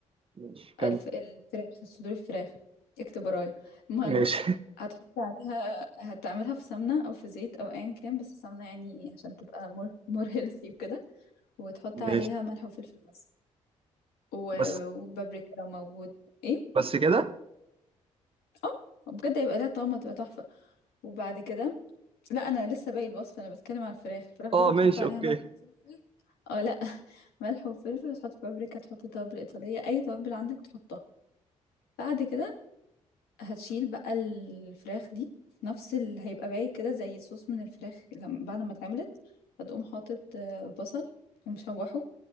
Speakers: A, on the right; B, on the left.
A: ماشي كمل
B: الف... الفراخ صدور الفراخ اكتب ورايا المهم
A: ماشي
B: هتحط عليها هتعملها في سمنة أو في زيت أو أيا كان بس السمنة يعني عشان تبقى مور مور هيلثي وكده وتحط
A: <laughs>
B: عليها
A: ماشي
B: ملح وفلفل بس و...
A: بس
B: وبابريكا لو موجود ايه
A: بس كده
B: اه بجد هيبقى ليها طعم هتبقى تحفة وبعد كده لا انا لسه باقي الوصفه انا بتكلم عن الفراخ الفراخ بس
A: أه
B: هتحط
A: ماشي
B: عليها
A: أوكي
B: ملح وفلفل اه لا <laughs> ملح وفلفل تحط بابريكا تحط توابل ايطاليه اي توابل عندك تحطها بعد كده هتشيل بقى الفراخ دي في نفس اللي هيبقى باقي كده زي صوص من الفراخ لما بعد ما اتعملت هتقوم حاطط آه، بصل ومشوحه